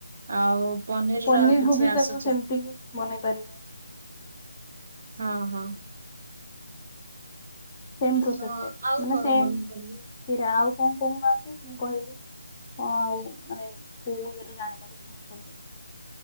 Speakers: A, on the right (about 45°); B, on the left (about 25°).
A: ଆଉ ପନିରର
B: ପନିରକୁ
A: ଆଉ କିଛି
B: ବି
A: ଆସୁଚି
B: ତାକୁ ସେମିତି ହିଁ ବନେଇ ପାରିବେ।
A: ହଁ ହଁ।
B: ସେମ ପ୍ରୋସେସରେ
A: ହଁ ଆଉ
B: ମାନେ
A: କଣ
B: ସେମ
A: ବନେଇ ପାରିବି?
B: ସେ ଆଉ କଣ କହୁନାହାନ୍ତି ମୁଁ କହିବି? କଣ ଆଉ ମାନେ କୋଉ ଇଏରେ ଜାଣିବାକୁ ଚାହିଁଛନ୍ତି।